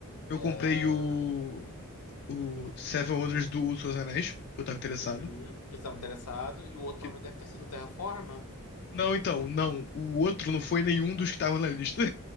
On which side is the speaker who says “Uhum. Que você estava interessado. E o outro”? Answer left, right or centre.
Left